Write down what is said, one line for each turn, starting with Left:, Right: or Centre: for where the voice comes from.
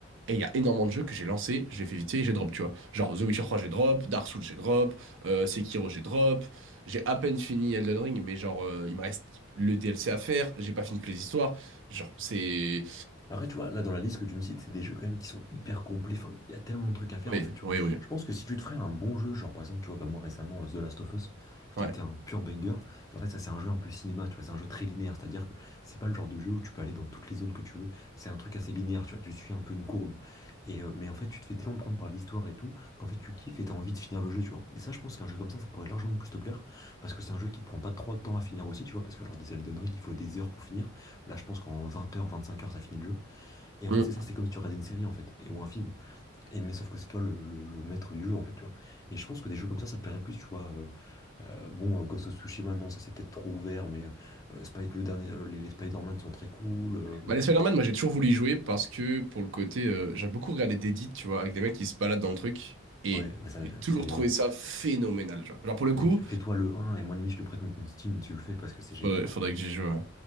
Right: Et il y a énormément de jeux que j'ai lancés, j'ai fait vite fait et j'ai drop, tu vois. Genre The Witcher 3, j'ai drop, Dark Souls, j'ai drop, euh, Sekiro, j'ai drop. J'ai à peine fini Elden Ring, mais genre, euh, il me reste le DLC à faire, j'ai pas fini toutes les histoires. Genre, c'est.
Left: Après, tu vois, là, dans la liste que tu me cites, c'est des jeux quand même qui sont hyper complets. Enfin, il y a tellement de trucs à faire,
Right: Oui,
Left: en fait, tu
Right: oui,
Left: vois.
Right: oui.
Left: Je pense que si tu te ferais un bon jeu, genre, par exemple, tu vois, bah, moi, récemment, euh, The Last of Us,
Right: Ouais.
Left: qui était un pur banger, mais en fait, ça, c'est un jeu un peu cinéma, tu vois, c'est un jeu très linéaire, c'est-à-dire que c'est pas le genre de jeu où tu peux aller dans toutes les zones que tu veux. C'est un truc assez linéaire, tu vois, tu suis un peu une courbe. Et, euh, mais en fait, tu te fais tellement prendre par l'histoire et tout, qu'en fait, tu kiffes et t'as envie de finir le jeu, tu vois. Et ça, je pense qu'un jeu comme ça, ça pourrait largement plus te plaire, parce que c'est un jeu qui te prend pas trop de temps à finir aussi, tu vois, parce que lors des Elden Ring, il faut des heures pour finir. Là, je pense qu'en vingt heures vingt-cinq heures ça finit le jeu. Et
Right: Mm.
Left: en fait, c'est ça, c'est comme si tu regardais une série, en fait, et, ou un film. Et, mais sauf que c'est toi le, le- le maître du jeu, en fait, tu vois. Et je pense que des jeux comme ça, ça te plairait plus, tu vois. Euh, euh, bon, euh, Ghost of Tsushima, non, ça c'est peut-être trop ouvert, mais euh, euh, Spy- le dernier, euh, les, les Spider-Man sont très cool. euh,
Right: Bah, les Spider-Man, moi j'ai toujours voulu
Left: hum,
Right: y jouer parce que pour le côté. euh, j'ai beaucoup regardé d'edits, tu vois, avec des mecs qui se baladent dans le truc et
Left: ouais, bah ça,
Right: j'ai toujours
Left: c'est génial.
Right: trouvé ça phénoménal, tu vois. Genre, pour le
Left: Mais
Right: coup,
Left: mec, fais-toi le un et moi, limite, je te prête mon compte Steam, tu le fais parce que c'est génial,
Right: faudrait,
Left: quoi.
Right: faudrait que j'y joue. ouais.